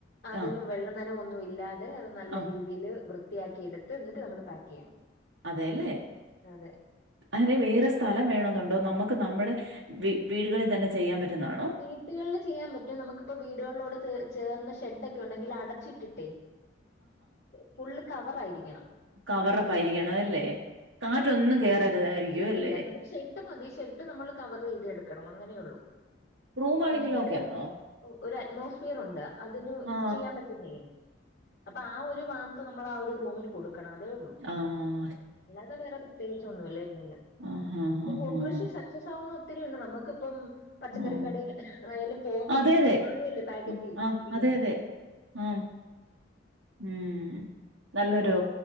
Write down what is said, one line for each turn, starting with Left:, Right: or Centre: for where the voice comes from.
Left: അതിനും
Right: ആ,
Left: വെള്ളനനം ഒന്നും ഇല്ലാതെ അത് നല്ല
Right: ആ.
Left: രീതിയിൽ വൃത്തിയാക്കി എടുത്ത് എന്നിട്ട് നമ്മൾ ചെയ്യണം
Right: അതേല്ലേ?
Left: അതെ
Right: അതിന് വേറെ സ്ഥലം വേണോന്നുണ്ടോ നമുക്ക് നമ്മുടെ വി വീടുകളിൽ തന്നെ ചെയ്യാൻ പറ്റുന്നതാണ്
Left: വീട്ടുകളിൽ ചെയ്യാൻ പറ്റും നമുക്കിപ്പ വീടുകളിലോട് ചേർന്ന് ഷെഡ് ഒക്കെ ഉണ്ടെങ്കിൽ അടച്ചിട്ടിട്ടേ ഫുൾ കവർ ആയിരിക്കണം
Right: കവറ് പരിക്കണം അല്ലേ കാറ്റൊന്നും കയറരുതായിരിക്കും
Left: ഇല്ലില്ല
Right: അല്ലേ
Left: നമുക്ക് ഷെഡ് മതി ഷെഡ് നമ്മൾ കവറെത് എടുക്കണം അങ്ങനെ ഒള്ളു
Right: റൂമാണെങ്കിലും
Left: ഇതിനൊരു
Right: ഓക്കെയാണോ?
Left: ഒരു അറ്റ്മോസ്ഫിയർ ഉണ്ട് അതിന്
Right: ആ.
Left: ചെയ്യാൻ പറ്റുന്നേ അപ്പ ആഹ് ഒരു വാംത്ത് നമ്മൾ ആഹ് ഒരു റൂമിന് കൊടുക്കണം അതേ ഒള്ളൂ
Right: ആഹ്
Left: അല്ലാതെ വേറെ പ്രത്യേകിച്ചൊന്നുംല്ല ഇല്ലില്ല പക്ഷെ
Right: ആഹ് ആഹ് ആഹ്
Left: കോൺകൃഷി
Right: ആഹ്
Left: സക്സസ് ആവുന്ന ഒത്തിരി ഒണ്ട് നമൊക്കിപ്പം പച്ചക്കറി
Right: ആഹ്
Left: കടേൽ ആയാലും പോവുമ്പം
Right: അതെ അതെ
Left: കാണുവല്ലോ പാക്കറ്റി
Right: ആഹ്
Left: ഇരിക്കുന്നെ
Right: അതെ അതെ ആഹ് ഉം നല്ലൊരു